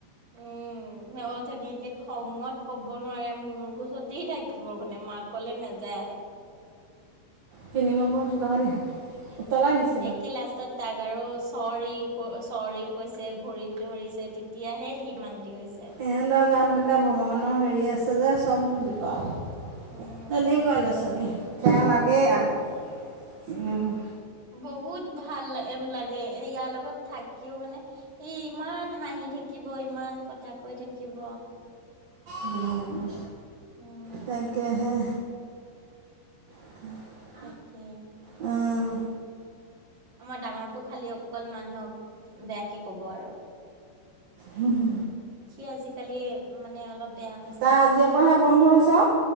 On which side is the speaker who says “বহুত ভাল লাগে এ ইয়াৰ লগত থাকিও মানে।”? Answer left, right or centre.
Right